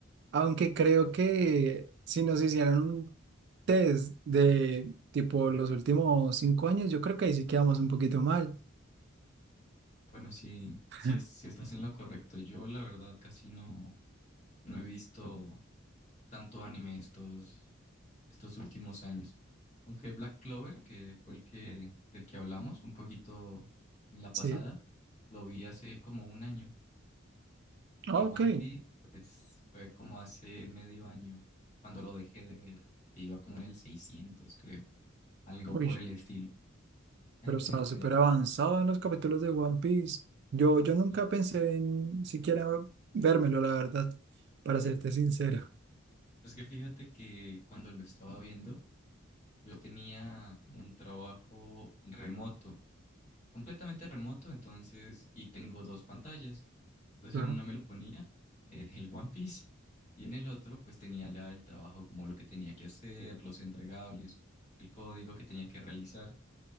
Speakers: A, on the right; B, on the left.
A: aunque creo que si nos hicieran un test de tipo los últimos cinco años, yo creo que ahí sí quedamos un poquito mal.
B: Bueno, sí,
A: <laughs>
B: sí, es- sí estás en lo correcto. Yo, la verdad, casi no, no he visto tanto anime estos, estos últimos años. Aunque Black Clover, que fue el que, del que hablamos un poquito en la
A: Sí,
B: pasada, lo vi hace como un año.
A: Ah,
B: Y
A: ok.
B: One Piece, pues, fue como hace medio año, cuando lo dejé de ver, que iba como en el 600, creo. Algo
A: Uy.
B: por el estilo. <laughs>
A: Pero estaba súper avanzado en los capítulos de One Piece. Yo, yo nunca
B: Uy,
A: pensé
B: sí.
A: en siquiera vérmelo, la verdad, para serte sincero.
B: es que fíjate que cuando lo estaba viendo, yo tenía un trabajo remoto completamente remoto, entonces, y tengo dos pantallas. Entonces,
A: Claro.
B: en una me lo ponía eh, el One Piece y en el otro, pues tenía ya el trabajo como lo que tenía que hacer, los entregables, el código que tenía que realizar.